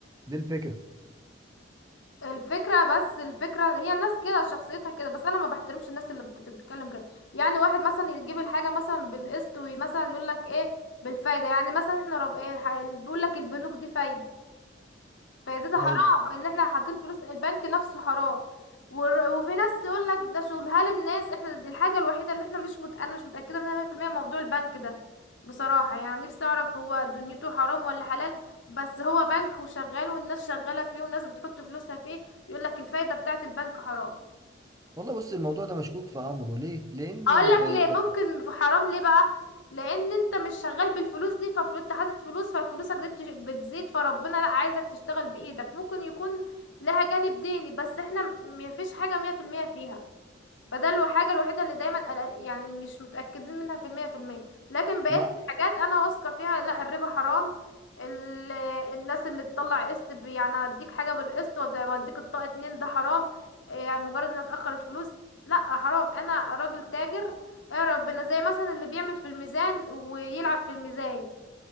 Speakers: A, on the right; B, on the left.
A: دي الفكرة
B: الفكرة بس الفكرة هي الناس كده شخصيتها كده بس انا ما بحترمش الناس اللي بت- بتتكلم كده يعني واحد مثلا يجيب الحاجة مثلا بالقسط ومثلا يقول لك ايه بالفايدة يعني مثلا احنا رب ايه الح- بيقول لك البنوك دي فايدة فايدتها حرام
A: حلو
B: ان احنا حاطين فلوس البنك نفسه حرام ور- وفي ناس يقول لك ده شغل هل الناس احنا دي الحاجه الوحيده اللي احنا مش مت... انا مش متاكده منها 100% موضوع البنك ده بصراحه يعني نفسي اعرف هو دنيته حرام ولا حلال بس هو بنك وشغال والناس شغاله فيه والناس بتحط فلوسها فيه يقول لك الفايده بتاعه البنك حرام
A: والله بص الموضوع ده مشكوك في أمره ليه؟ لأن
B: هقول لك
A: آه،
B: ليه ممكن في حرام ليه بقى لان انت مش شغال بالفلوس دي ففلوس انت حاطط فلوس ففلوسك دي بتش- بتزيد فربنا لا عايزك تشتغل بايدك ممكن يكون لها جانب ديني بس احنا م- مفيش حاجة مية في المية فيها فده الحاجة الوحيدة اللي دايما قلق- يعني مش متأكدين منها في المية في المية لكن بقية
A: مع
B: الحاجات أنا واثقة فيها لا الربا حرام ال... الناس اللي تطلع قسط ب- يعني اديك حاجة بالقسط وأد- واديك الطاقة اتنين ده حرام إيه، يعني مجرد ان اتأخر الفلوس لا حرام انا راجل تاجر يا ربنا زي مثلا اللي بيعمل في الميزان ويلعب في الميزان